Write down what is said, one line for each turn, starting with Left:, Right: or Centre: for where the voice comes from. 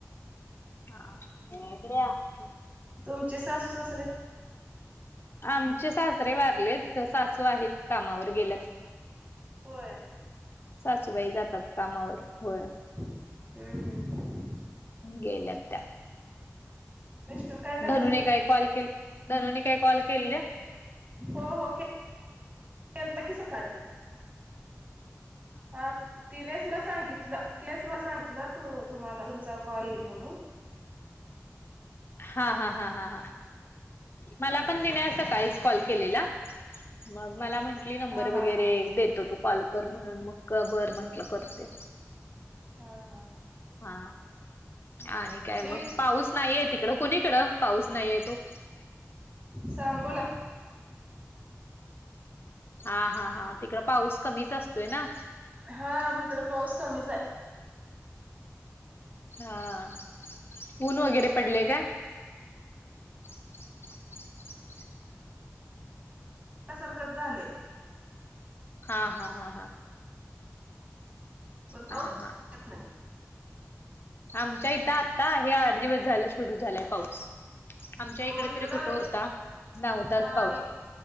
Left: <unintelligible>
Right: तुमचे सासू -सासरे.
Left: आमचे सासरे वारलेत, सासू आहेत कामावर गेल्यात.
Right: होय.
Left: सासूबाई जातात कामावर. होय.
Right: हू. हू. हू.
Left: गेल्यात त्या.
Right: मिस्टर. काय करतात?
Left: धनूने काय कॉल केल, धनूने काय कॉल केलेल्या.?
Right: हो हो केल, केलता कि सकाळी. हा तिनेच मला सांगितलं. तेच म सांगितलं. तू तुम्हांला तुमचा कॉल येईल म्हणून.
Left: हा हा ह ह ह मला पण तीने आज सकाळीच कॉल केलेला मग मला म्हणली नंबर
Right: हा हा
Left: वगैरे
Right: हा
Left: देतो तु कॉल कर म्हणून मग का बर म्हंटलं करते.
Right: हा हा हा
Left: हा आणि काय
Right: ते
Left: मग पाऊस नाहीये तिकडं, कुणीकडं पाऊस नाहीये तो?
Right: सांगोला.
Left: हा, हा, हा. तिकडं पाऊस कमीच असतोय ना?
Right: हा म हिकडं पाऊस कमीच आय.
Left: हा, ऊन वगैरे पडलंय काय? <unintelligible>
Right: <unintelligible> सारखंच झालंय.
Left: हा, हा, हा, हा.
Right: पण
Left: हा
Right: पाऊस
Left: हा
Right: येत नाही.
Left: आमच्या इथं आता आहे आठ दिवस झालं सुरू झालाय पाऊस. आमच्या
Right: हो
Left: इकडे
Right: इकडं
Left: तरी कुठं होता, नव्हताच
Right: अ
Left: पाऊस.